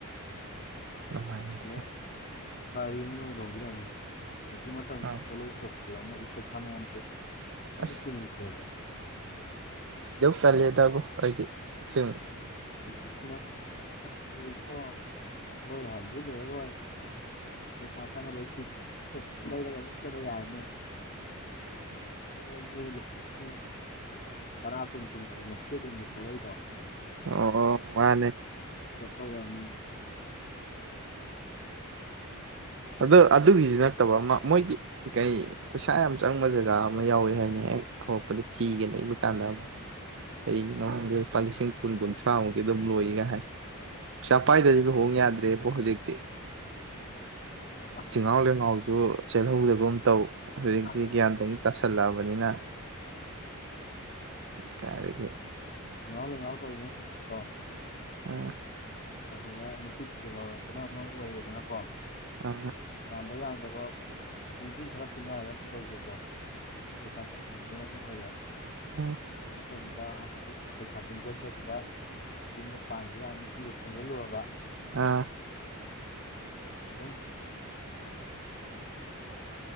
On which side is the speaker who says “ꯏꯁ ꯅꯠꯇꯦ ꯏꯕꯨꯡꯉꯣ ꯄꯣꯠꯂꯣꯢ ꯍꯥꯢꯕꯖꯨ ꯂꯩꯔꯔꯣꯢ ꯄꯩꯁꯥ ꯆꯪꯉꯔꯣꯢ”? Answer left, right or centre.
Left